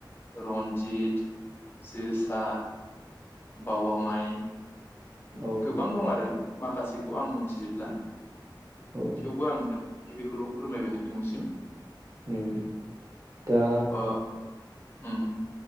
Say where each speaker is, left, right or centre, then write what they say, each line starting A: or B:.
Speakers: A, on the left (about 25°); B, on the right (about 45°).
A: रन्जित जोसा बावा माइ
B: औ
A: गोबां दं आरो माखासेखौ आं मोनथिजोबब्ला
B: औ
A: थेवबो आं बेखौल' फोरमायबाय नोंथांनिसिम।
B: उम दा
A: अ उम